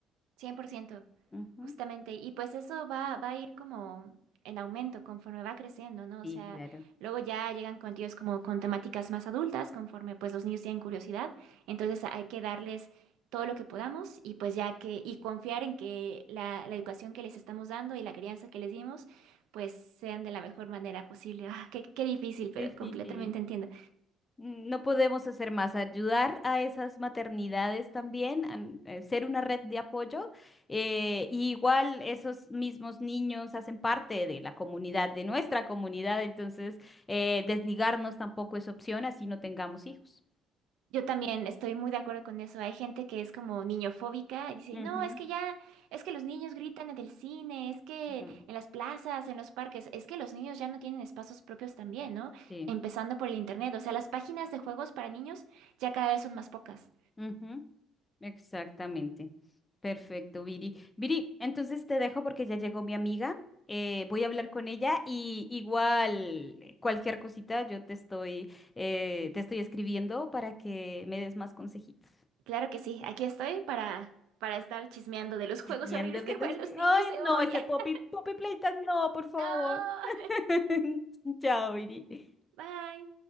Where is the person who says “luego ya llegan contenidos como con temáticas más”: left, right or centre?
Right